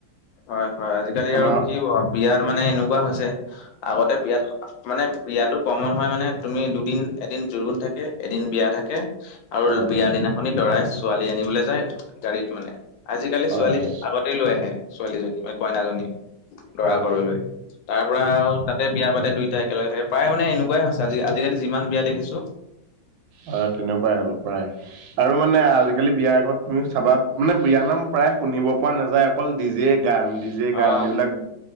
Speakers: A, on the left; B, on the right.
A: হয় হয় আজিকালি
B: আমাৰ
A: আৰু কি আও বিয়াত মানে এনেকুৱা হৈছে আগতে বিয়াত। মানে বিয়াটো কমন হয় মানে তুমি দুদিন এদিন জুৰোণ থাকে এদিন বিয়া থাকে। আৰু
B: হয়
A: বিয়া
B: হয়
A: দিনাখনি দৰাই ছোৱালী আনিবলৈ যায় গাড়ীত মানে। আজিকালি
B: হয়
A: ছোৱালী আগতেই লৈ আহে ছোৱালীজনী মানে কইনাজনী। লৰা
B: হয় হয়
A: ঘৰলৈ তাৰ পৰা আৰু তাতে বিয়া পাতে দুই। একেলগে থাক প্ৰায় মানে এনেকুৱাই হৈছে আজিকালি। যিমান বিয়া দেখিছো
B: অ তেনেকুৱাই আৰু প্ৰায় আৰু মানে আজিকালি। বিয়াৰ ঘৰত তুমি চাবা মানে বিয়ানাম প্ৰায় শুনিব পৰা নাযায় অকল ডিজে গান। ডিজে
A: অ
B: গান এইবিলাক